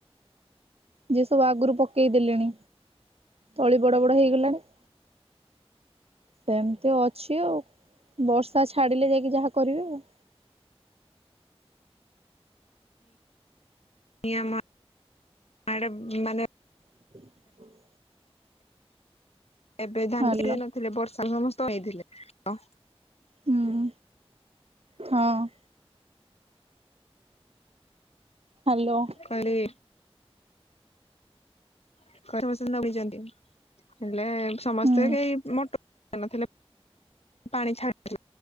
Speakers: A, on the right; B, on the left.
A: ଯିଏ ସବୁ ଆଗରୁ ପକେଇ ଦେଲେଣି ତଳି ବଡ ବଡ ହେଇଗଲାଣି। ସେମିତି ଅଛି ଆଉ ବର୍ଷା ଛାଡ଼ିଲେ ଯାଇକି ଯାହା କରିବେ ଆଉ।
B: <unintelligible> ଆଡ଼େ ମାନେ
A: <inaudible>
B: ଏବେ ଧାନ
A: ହାଲୋ
B: <unintelligible> ଦେଇ ନଥିଲେ ବର୍ଷାକୁ ସମସ୍ତେ ଅନେଇଥିଲେ ତ
A: ହୁଁ ହଁ। ହ୍ୟାଲୋ।
B: କହିଲି <unintelligible> ହେଲେ ସମସ୍ତେ
A: ହୁଁ
B: କେହି ମୋଟ ନଥିଲେ <unintelligible> ପାଣି ଛାଡ଼ି